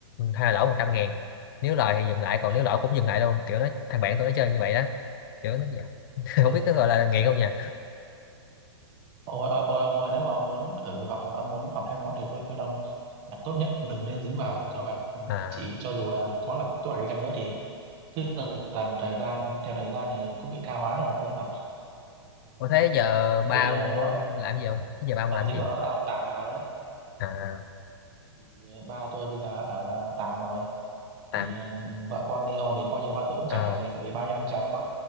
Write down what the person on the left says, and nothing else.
hai là lỗ một trăm ngàn nếu lời thì dừng lại còn
nếu lỗ cũng dừng lại luôn kiểu nó thằng bạn tôi nó chơi như vậy đó kiểu nó <laughs> không
biết có gọi là nghiện không nha
à
Ủa thế
giờ ba
ông
làm gì không? Thế giờ ba ông
làm
gì?
À,
tạm
ờ